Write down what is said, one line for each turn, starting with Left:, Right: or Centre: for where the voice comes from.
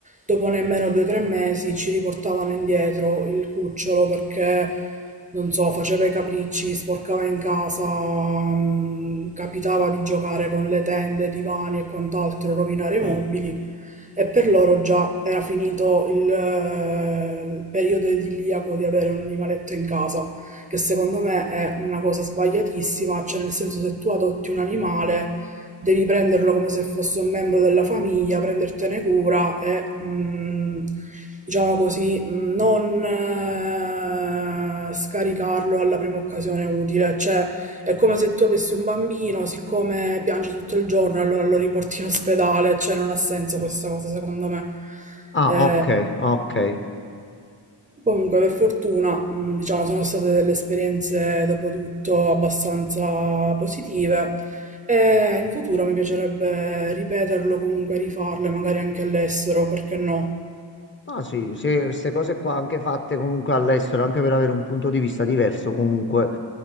Right: dopo nemmeno due o tre mesi ci riportavano indietro il cucciolo perché, non so, faceva i capricci, sporcava in casa, mh, capitava di giocare con le tende, i divani e quant'altro, rovinare i mobili, e per loro già era finito il, eh, il periodo idilliaco di avere un animaletto in casa, che secondo me è una cosa sbagliatissima, cioè nel senso se tu adotti un animale devi prenderlo come se fosse un membro della famiglia, prendertene cura e mh, diciamo così mh, non eh, scaricarlo alla prima occasione utile, cioè è come se tu avessi un bambino, siccome piange tutto il giorno, allora lo riporti in ospedale, cioè non ha senso questa cosa secondo me.
Left: Ah,
Right: Eh,
Left: ok, ok.
Right: comunque, per fortuna, mh, diciamo, sono state delle esperienze dopo tutto abbastanza positive e in futuro mi piacerebbe ripeterlo, comunque rifarle, magari anche all'estero, perché no?
Left: Ah, sì, se- queste cose qua anche fatte comunque all'estero, anche per avere un punto di vista diverso, comunque